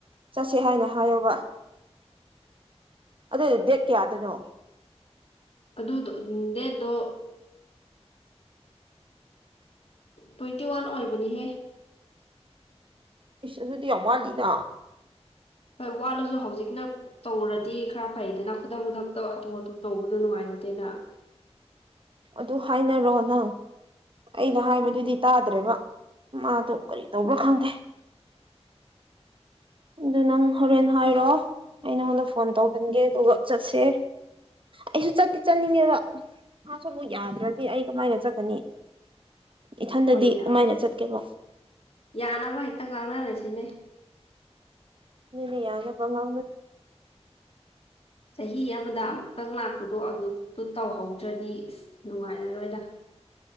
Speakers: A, on the right (about 50°); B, on the left (about 60°).
A: ꯆꯠꯁꯦ ꯍꯥꯏꯅ ꯍꯥꯏꯌꯣꯕ ꯑꯗꯨꯗꯤ ꯗꯦꯠ ꯀꯌꯥꯗꯅꯣ
B: ꯑꯗꯨꯗꯣ ꯗꯦꯠꯇꯣ ꯇ꯭ꯋꯦꯟꯇꯤ ꯋꯥꯟ ꯑꯣꯏꯕꯅꯤꯍꯦ
A: ꯏꯁꯁ ꯑꯗꯨꯗꯤ ꯌꯥꯝ ꯋꯥꯠꯂꯤꯅ
B: ꯍꯣꯏ ꯋꯥꯠꯂꯨꯁꯨ ꯍꯧꯖꯤꯛꯅ ꯇꯧꯔꯗꯤ ꯈꯔ ꯐꯩꯗꯅ ꯈꯨꯗꯛ ꯈꯨꯊꯛꯇ ꯍꯥꯊꯨ ꯍꯥꯊꯨ ꯇꯧꯕꯗꯣ ꯅꯨꯡꯉꯥꯏꯅ ꯅꯠꯇꯦꯗ
A: ꯑꯗꯨ ꯍꯥꯏꯅꯔꯣ ꯅꯪ ꯑꯩꯅ ꯍꯥꯏꯕꯗꯨꯗꯤ
B: ꯎꯝ
A: ꯇꯥꯗ꯭ꯔꯦꯕ ꯃꯥ ꯇ ꯀꯔꯤ ꯇꯕ ꯈꯪꯗ ꯑꯗꯨ ꯅꯪ ꯍꯣꯔꯦꯟ ꯍꯥꯏꯔꯣ ꯑꯩ ꯅꯉꯣꯟꯗ ꯐꯣꯟ ꯇꯧꯍꯟꯒꯦ ꯑꯗꯨꯒ ꯆꯠꯁꯦ ꯑꯩꯁꯨ ꯆꯠꯇꯤ ꯆꯠꯅꯤꯡꯉꯦꯕ ꯃꯥꯁꯨ ꯑꯃꯨꯛ ꯌꯥꯗ꯭ꯔꯗꯤ ꯑꯩ ꯀꯃꯥꯏꯅ ꯆꯠꯀꯅꯤ
B: <inaudible>
A: ꯏꯊꯟꯗꯗꯤ
B: ꯍꯣꯏꯅꯦ
A: ꯀꯃꯥꯏꯅ ꯆꯠꯀꯦꯕ
B: ꯌꯥꯅꯕ ꯍꯦꯛꯇ ꯉꯥꯡꯅꯔꯁꯤꯅꯦ
A: ꯃꯅꯦ ꯌꯥꯗ ꯄꯉ
B: ꯆꯍꯤ ꯑꯃꯗ ꯑꯃꯨꯛꯇꯪ ꯂꯥꯛꯄꯗꯣ ꯑꯗꯨꯗꯣ ꯇꯧꯍꯧꯗ꯭ꯔꯗꯤ ꯅꯨꯡꯉꯥꯏꯔꯔꯣꯏꯗ